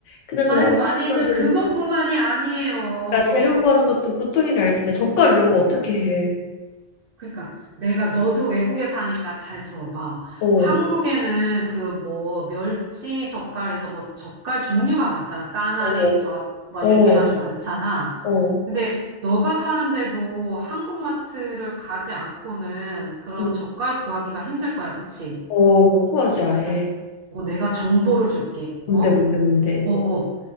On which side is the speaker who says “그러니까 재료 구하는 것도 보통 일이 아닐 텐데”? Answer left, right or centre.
Left